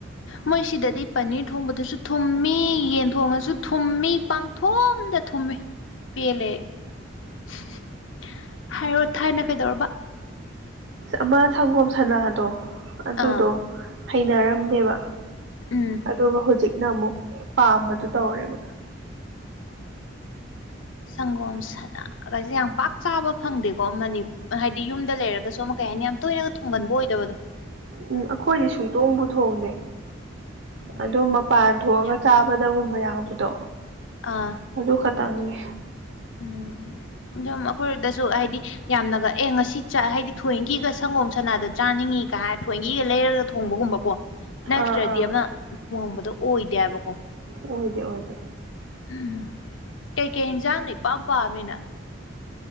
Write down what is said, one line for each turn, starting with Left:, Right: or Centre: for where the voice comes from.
Left: ꯃꯣꯏꯁꯤꯗꯗꯤ ꯄꯅꯤꯔ ꯊꯣꯡꯕꯗꯁꯨ ꯊꯨꯝꯃꯤ ꯌꯦꯟ ꯊꯣꯡꯉꯁꯨ ꯊꯨꯝꯃꯤ ꯄꯡꯊꯨꯝꯗ ꯊꯨꯝꯃꯤ ꯄꯦꯜꯂꯦ ꯑꯩ ꯍꯥꯏꯔꯣ ꯊꯥꯏꯅ ꯀꯩꯗꯧꯔꯕ
Right: ꯑꯃ ꯁꯪꯒꯣꯝ ꯁꯅꯥꯗꯣ ꯑꯗꯨꯗꯣ
Left: ꯑꯥ
Right: ꯍꯩꯅꯔꯝꯗꯦꯕ
Left: ꯎꯝ
Right: ꯑꯗꯨꯒ ꯍꯧꯖꯤꯛꯅ ꯑꯃꯨꯛ ꯄꯥꯝꯕꯗꯨ ꯇꯧꯔꯦꯕ
Left: ꯁꯪꯒꯣꯝ ꯁꯅꯥ ꯒꯁꯦ ꯌꯥꯝ ꯄꯥꯛ ꯆꯥꯕ ꯐꯪꯗꯦꯀꯣ ꯃꯅꯤ ꯍꯥꯏꯗꯤ ꯌꯨꯝꯗ ꯂꯩꯔꯒꯁꯨ ꯑꯃ ꯀꯩ ꯍꯥꯏꯅꯤ ꯌꯥꯝ ꯇꯣꯏꯅꯒ ꯊꯨꯡꯒꯟꯕ ꯑꯣꯏꯗꯕꯗꯣ
Right: ꯎꯝ ꯑꯈꯣꯏꯗꯤ ꯁꯨꯡꯊꯣꯡꯕꯨ ꯊꯣꯡꯗꯦ
Left: ꯎꯝ
Right: ꯑꯗꯣ ꯃꯄꯥꯟ ꯊꯣꯛꯑꯒ
Left: ꯌꯥꯝ
Right: ꯆꯥꯕ ꯗꯒꯨꯝꯕ ꯌꯥꯎꯕꯗꯣ
Left: ꯑꯥ
Right: ꯑꯗꯨ ꯈꯇꯪꯅꯤ
Left: ꯎꯝ ꯑꯗꯨꯝ ꯑꯩꯈꯣꯏꯗꯁꯨ ꯍꯥꯏꯗꯤ ꯌꯥꯝꯅꯒ ꯑꯦ ꯉꯁꯤ ꯆ ꯍꯥꯏꯗꯤ ꯊꯣꯏꯀꯤ ꯁꯪꯒꯣꯝ ꯁꯅꯥꯗ ꯆꯥꯅꯤꯡꯉꯤꯒ ꯍꯥꯏꯔ ꯊꯋꯣꯏꯀꯤ ꯂꯩꯔꯒ ꯊꯣꯡꯕꯒꯨꯝꯕꯀꯣ ꯅꯠꯇ꯭ꯔꯗꯤ
Right: ꯑꯥ ꯑꯥ
Left: ꯑꯃ ꯊꯣꯡꯕꯗꯣ ꯑꯣꯏꯗꯦꯕꯀꯣ
Right: ꯑꯣꯏꯗꯦ ꯑꯣꯏꯗꯦ
Left: ꯎꯝ ꯀꯩ ꯀꯩ ꯏꯟꯖꯥꯡꯅ ꯏꯄꯥꯝ ꯄꯥꯝꯃꯤ ꯅꯪ